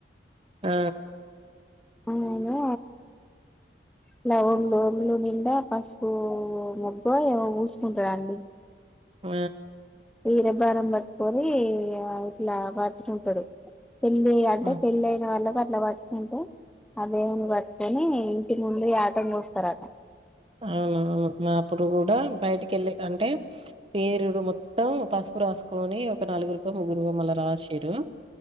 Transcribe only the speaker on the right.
ఆ
ఆ
హ్మ్.
అవునవును మా అప్పుడు కూడా బయటికి వెళ్ళే కంటే పేరుడు మొత్తం పసుపు రాసుకొని ఒక నాలుగురు ముగ్గురు మళ్ళా రాషిర్రు.